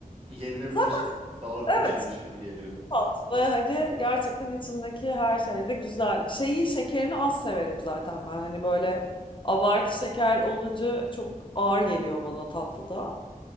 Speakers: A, on the right; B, on the left.
A: yenilebilir
B: Zaten
A: sağlıklı
B: evet
A: bir şeymiş gibi geliyor.
B: tatlı. Hadi gerçekten içindeki her şey de güzel. Şeyi şekerini az severim zaten ben. Hani böyle abartı şeker olunca çok ağır geliyor bana tatlıda.